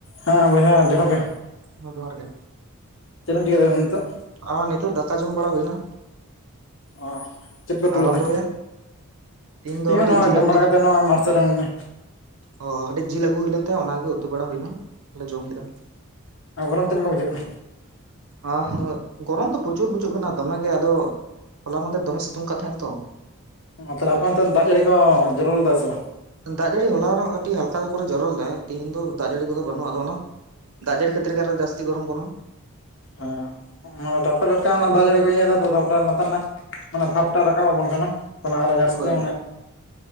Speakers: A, on the left; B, on the right.
A: ᱦᱮᱸ ᱵᱚᱭᱦᱟ ᱡᱚᱦᱟᱨ ᱜᱮ
B: ᱦᱮ ᱡᱚᱦᱟᱨ ᱜᱮ
A: ᱪᱮᱫ ᱪᱤᱠᱟᱭ ᱫᱟᱢ ᱱᱤᱛᱚᱜ?
B: ᱟᱨ ᱱᱤᱛᱳᱜ ᱫᱟᱠᱟ ᱡᱚᱢ ᱵᱟᱲᱟ ᱦᱩᱭᱱᱟ᱾
A: ᱚ ᱪᱮᱫ ᱯᱮ ᱛᱩᱞ
B: ᱟᱨᱟᱢ
A: ᱞᱮᱫᱟ?
B: ᱫᱚ ᱦᱩᱭᱟ ᱛᱤᱦᱤᱧ ᱫᱚ
A: ᱤᱧ
B: ᱠᱟᱹᱴᱤᱡ
A: ᱦᱚᱸ ᱱᱚᱜ
B: ᱡᱤᱞ
A: ᱡᱚᱢ
B: ᱩᱛᱩ
A: ᱵᱟᱲᱟ ᱠᱟᱛᱮ ᱱᱚᱜᱼ ᱢᱟᱨᱥᱟᱞ ᱨᱮ ᱢᱤᱱᱟᱹᱧᱟ᱾
B: ᱚ ᱠᱟᱹᱴᱤᱡ ᱡᱤᱞ ᱟᱹᱜᱩ ᱦᱩᱭ ᱞᱮᱱ ᱛᱟᱦᱮᱸ ᱚᱱᱟᱜᱮ ᱩᱛᱩ ᱵᱟᱲᱟ ᱦᱩᱭᱱᱟᱞ ᱞᱮ ᱡᱚᱢ ᱠᱮᱫᱟ᱾
A: ᱟᱨ ᱜᱚᱨᱚᱢ ᱪᱮᱫ ᱞᱮᱠᱟ ᱵᱩᱡᱟᱹᱜ ᱠᱟᱱᱟ?
B: ᱟ ᱜᱚᱨᱚᱢ ᱫᱚ ᱯᱨᱚᱪᱩᱨ ᱵᱩᱡᱩᱜ ᱠᱟᱱᱟ ᱫᱚᱢᱮ ᱜᱮ ᱟᱫᱚ ᱦᱚᱞᱟ ᱢᱟᱫᱷᱮᱨ ᱫᱚᱢᱮ ᱥᱤᱛᱩᱝ ᱠᱟᱱ ᱛᱟᱦᱮᱸ ᱛᱚ
A: ᱚ ᱛᱟᱦᱚᱞᱮ ᱟᱯᱮ ᱚᱱᱛᱮ ᱫᱟᱜ ᱡᱟᱹᱲᱤ ᱠᱚ ᱡᱚᱞᱚ ᱞᱮᱫᱟ ᱥᱮ ᱵᱟᱝ?
B: ᱫᱟᱜ ᱡᱟᱹᱲᱤ ᱦᱚᱞᱟ ᱨᱮᱱᱟᱜ ᱠᱟᱹᱴᱤᱡ ᱦᱟᱞᱠᱟ ᱠᱚᱨᱮ ᱡᱚᱨᱚ ᱞᱮᱫᱟᱭ ᱛᱮᱦᱤᱧ ᱫᱚ ᱫᱟᱜ ᱡᱟᱹᱲᱤ ᱠᱚᱫᱚ ᱵᱟᱹᱱᱩᱜᱼᱟ ᱟᱫᱚ ᱚᱱᱟ ᱫᱟᱜ ᱡᱟᱹᱲᱤ ᱠᱷᱟᱹᱛᱤᱨ ᱜᱮ ᱟᱨᱚ ᱡᱟᱥᱥᱛᱤ ᱜᱚᱨᱚᱢ ᱠᱚᱱᱟ
A: ᱦᱮᱸ ᱢᱟᱱᱮ ᱴᱟᱴᱠᱟ ᱴᱟᱴᱠᱟ ᱚᱱᱟ ᱫᱟᱜ ᱡᱟᱹᱲᱤ ᱠᱚ ᱤᱭᱟᱹᱭ ᱮᱫᱟ ᱛᱟᱯᱚᱨᱮ ᱞᱟᱟᱨ ᱨᱮᱱᱟᱜ ᱢᱟᱱᱮ ᱵᱷᱟᱵᱴᱟ ᱨᱟᱠᱟᱵ ᱟᱵᱚᱱ ᱠᱟᱱᱟ ᱛᱟᱦᱚᱞᱮ ᱟᱨᱚ ᱡᱟᱹᱥᱛᱤ
B: ᱦᱳᱭ
A: ᱢᱟᱱᱮ